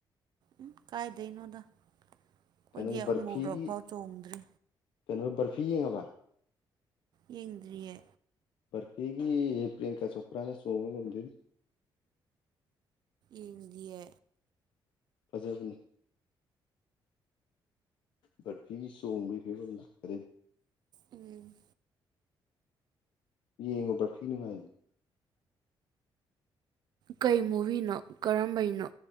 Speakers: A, on the right; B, on the left.
A: ꯎꯝ ꯀꯥꯏꯗꯩꯅꯣꯗ ꯑꯩꯈꯣꯏꯗꯤ
B: ꯀꯩꯅꯣꯒꯤ
A: ꯑꯃꯨꯨꯔꯐꯥꯎ
B: ꯕꯔꯐꯤꯒꯤ
A: ꯆꯣꯡꯗ꯭ꯔꯤ
B: ꯀꯩꯅꯣ ꯔꯐꯤ ꯌꯦꯡꯉꯕ
A: ꯌꯦꯡꯗ꯭ꯔꯤꯌꯦ
B: ꯔꯐꯤꯒꯤ ꯄꯤꯌꯪꯀꯥ ꯆꯣꯄ꯭ꯔꯥꯅ ꯁꯣꯡꯃ ꯉꯗ
A: ꯏꯟꯗꯤꯦ
B: ꯐꯖꯥꯕꯅꯤ ꯕꯠ ꯐꯤ ꯆꯣꯡꯕꯒꯤ ꯐꯤꯕꯝꯗ ꯀꯔꯤ
A: ꯎꯝ
B: ꯌꯦ ꯎꯄꯔ ꯐꯤ ꯅꯨꯡꯉꯥꯏ
A: ꯀꯩ ꯃꯨꯕꯤꯅꯣ ꯀꯔꯝꯕꯩꯅꯣ